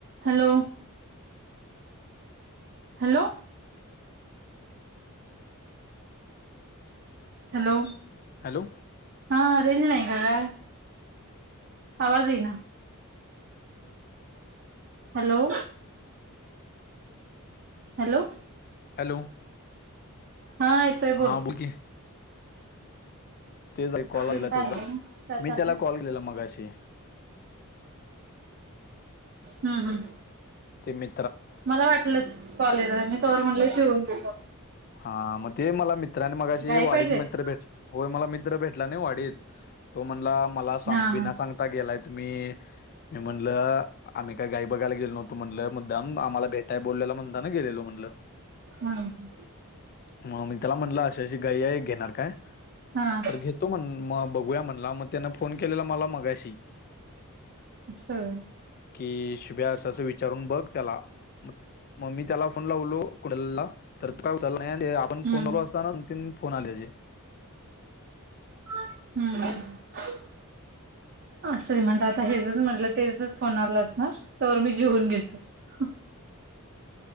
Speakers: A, on the right; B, on the left.
A: Hello. Hello. Hello,
B: hello
A: हा range नाही का काय? आवाज येईना हॅलो. हॅलो.
B: हॅलो.
A: हा येतोय बोल
B: हा की तेच ऐकू <unintelligible>
A: काय काय
B: त्याचा,
A: चाललंय
B: मी तेला कॉल केलाला मगाशी
A: हम्म हम्म.
B: ते मी
A: मला वाटलंच कॉलेराय, मी तवर म्हणलं शिवून घेतो.
B: हा म ते मला मित त्रानी मगाशी
A: गाई
B: वाडीत
A: पाहिजेत
B: मित्र भेट, होय मला मित्र भेटला नई वाडीत, तो म्हणला मला सांग
A: हा
B: बीना
A: हा
B: सांगता गेलाय तुम्ही, मी म्हणल आम्ही काय गाई बघायला गेलो नव तो म्हणलं मुद्दाम, आम्हाला भेटाय बोलवल्याला म्हणता ना गेलेलो म्हणल.
A: हम्म
B: मग मी त्याला म्हटलं, अशी अशी गाई आय घेत णार काय?
A: हा
B: तर घेतो मन म बघूया म्हणला, म तेन फोन केलेला मला मगाशी
A: अस होय
B: कि शुभ्या अस असं विचारून बघ त्याला मग म मी त्याला फोन लावलो कुडल ला तर <unintelligible> काय उचलला नाही ते आपण
A: हम्म
B: फोन चालू असताना दोन-तीन फोन आलेचे.
A: हम्म. असं म्हणतात हेचच म्हटलं तेचच फोन आला अस. हा तोवर मी जेऊन घेतो. <inaudible>